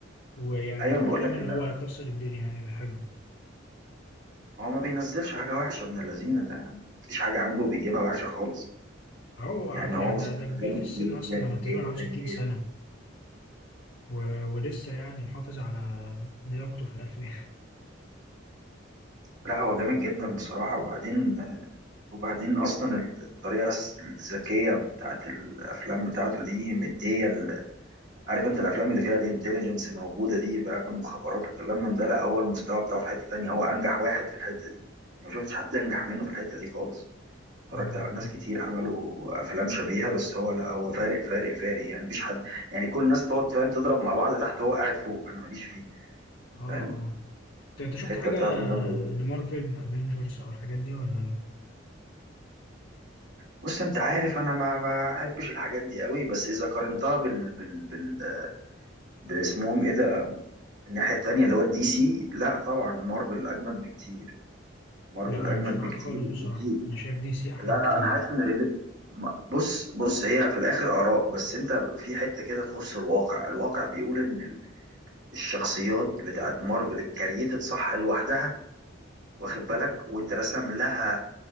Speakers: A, on the left; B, on the right.
A: ويعني
B: ايوه
A: في
B: انا
A: كلام
B: بقول لك
A: إن
B: اللي-
A: هو هيكسر الدنيا يعني يبقى حلو
B: هو ما بينزلش حاجه وحشه من اللذينه ده يعني مفيش حاجه عنده بيجيبها وحشه خالص
A: أهو
B: يعني
A: عارف يعني
B: هو فاهم مستواه
A: ده, ده كبير
B: جامد
A: في السن
B: جدا
A: أصلا لما
B: جدا
A: تقريبا عنده 60
B: جدا
A: سنة و... ولسه يعني محافظ على لياقته في الأفلام
B: لا هو جامد جدا بصراحة وبعدين وبعدين أصلا الطريقة الذكية بتاعت الأفلام بتاعته دي مدية ال- عارف أنت الأفلام اللي فيها الانتليجنس موجودة دي فاهم مخابرات وكلام من ده لا هو المستوى بتاعه في حتة تانية هو أنجح واحد في الحتة دي أنا ما شفتش حد أنجح منه في الحتة دي خالص اتفرجت
A: <laughs> اه
B: على
A: بالظبط
B: ناس كتير عملوا أفلام شبيهة بس هو لا هو فارق فارق فارق يعني مفيش حد يعني كل الناس تقعد فاهم تضرب مع بعض تحت هو قاعد فوق أنا ماليش فيه
A: اه
B: فاهم
A: اه أنت أنت شفت
B: الحته
A: حاجة
B: بتاعته جامده جدا
A: لمارفل افنجرز أو الحاجات دي ولا
B: بص انت عارف انا ما بحبش الحاجات دي قوي بس اذا قارنتها بال بال بال باسمهم ايه ده الناحيه التانيه اللي هو الدي سي لا طبعا مارفل اجمد بكتير مارفل
A: لا
B: اجمد
A: أنا مش معاك
B: بكتير
A: خالص بصراحة
B: وفي
A: أنا شايف دي سي أحلى
B: لا لا
A: بكتير
B: انا حاسس ان ريلي... ما- بص بص هي في الاخر اراء بس انت في حته كده تخص الواقع الواقع بيقول ان ال- الشخصيات بتاعت مارفل الكرييتد صح لوحدها واخد بالك واترسم لها